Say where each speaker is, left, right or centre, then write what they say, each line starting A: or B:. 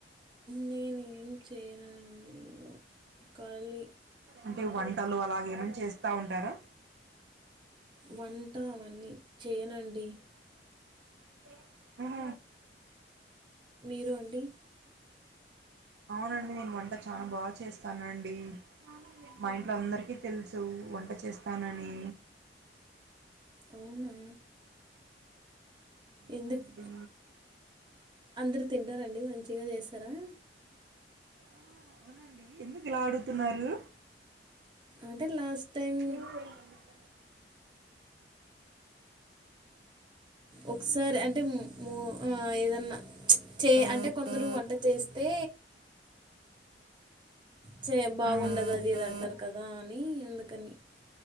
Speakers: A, on the right (about 25°); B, on the right (about 70°).
A: నేను ఏం చేయనండి కాళీ
B: అంటే వంటలు అలాగేమన్నా చేస్తా ఉంటారా
A: వంట అవన్నీ చేయనండి
B: అ హ
A: మీరు అండి
B: అవునండి నేను వంట చాలా బాగా చేస్తానండి మా ఇంట్లో అందరికీ తెలుసు వంట చేస్తానని
A: అవునా
B: ఆ
A: ఎందుకు
B: అండి
A: అందరూ తింటారండి మంచిగా చేస్తారా
B: ఆ అవునండి ఎందుకు ఇలా అడుగుతున్నారు
A: అంటే లాస్ట్ టైం
B: మీ రూమ్ పోయింది అని చెప్పన
A: ఒకసారి అంటే ము ఆ ఏదన్నా చే అంటే కొందరు వంట చేస్తే చే బాగుండదు
B: మ్మ్.
A: అది ఇది అంటారు కదా అని అందుకని